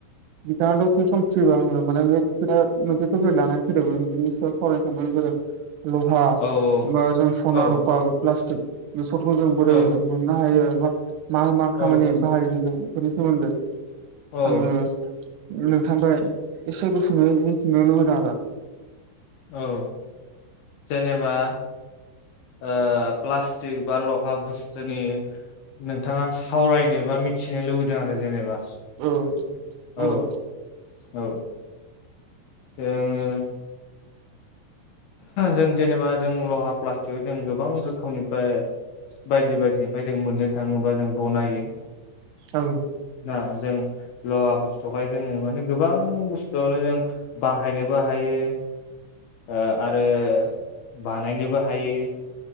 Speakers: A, on the right; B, on the left.
A: बिथाङा दसे सम फ्रिबा आङो माने बे खोथा मोनसे टपिक लानानै फैदोंमोन बिनि सायाव सावरायनो सान <unintelligible> ल'हा
B: औ औ
A: बा जों सना
B: औ
A: रुफा बा प्लास्टिक बेफोरखौ जों बोरै
B: औ
A: मोननो हायो बा मा मा
B: औ
A: खामानि बाहायो जों बेफोरनि सोमोन्दै
B: औ
A: आङो नोंथांफ्राय एसे गुसुङै मिथिनो लुबैदों आरो
B: औ जेनेबा ओ प्लास्टिक बा लहा बस्थुनि नोंथाङा सावरायनो बा मिथिनो लुुबैदों आरो जेनेबा
A: औ नंगौ
B: औ औ आङो जों जेनेबा जों लहा प्लास्टिकआव जों गोबां रोखोमनिफ्राय बायदि बायदिफ्राय जों मोननो थाङोबा जों बनायो।
A: औ
B: दा जों लहा बुस्थुखाय जोङो माने गोबां बुस्थुआवनो जों बाहायनोबो हायो। ओ आरो बानायनोबो हायो।